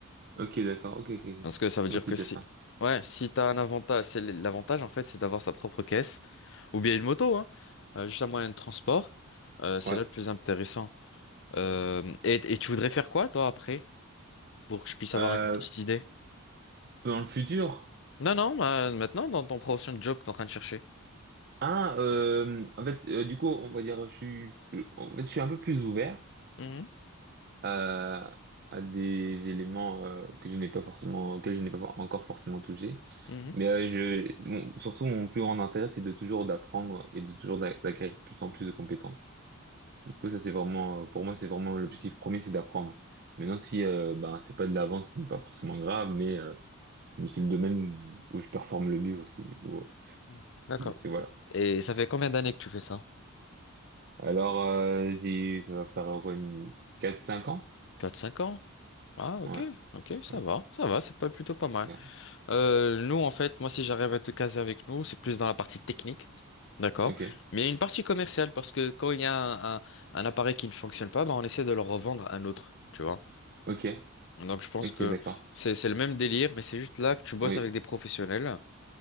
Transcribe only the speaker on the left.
Parce que ça veut dire
que
si,
ouais, si t'as un avantage, c'est l- l'avantage en fait, c'est d'avoir sa propre caisse, ou bien une moto, hein, euh, juste un moyen de transport, euh, c'est
là le plus intéressant. Euh, et, et tu voudrais faire quoi, toi, après, pour que je puisse avoir
une petite idée?
Non, non, bah, maintenant, dans ton prochain job que t'es en train de chercher.
Mhm,
mhm.
Hmm. D'accord.
Et ça fait combien d'années que tu fais ça?
Quatre, cinq ans? Ah, ok,
ok, ça
va, ça va, c'est pas plutôt pas mal.
Euh, nous, en fait, moi, si j'arrive à te caser avec nous, c'est plus dans la partie technique, d'accord?
Mais il y a une partie commerciale, parce que quand il y a un, un- un appareil qui ne fonctionne pas, bah, on essaie de le revendre à un autre, tu vois?
Donc, je pense
que
c'est, c'est le même délire, mais c'est juste là que tu bosses
avec des professionnels,